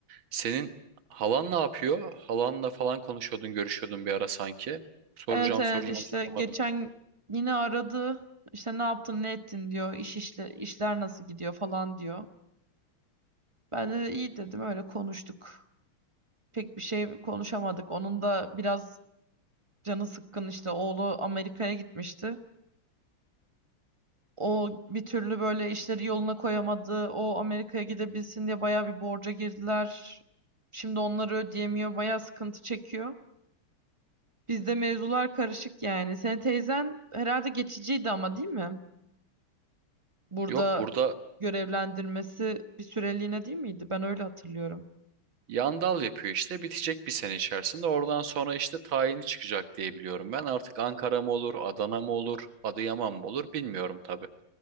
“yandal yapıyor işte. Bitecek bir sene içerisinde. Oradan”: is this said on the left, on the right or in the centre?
Right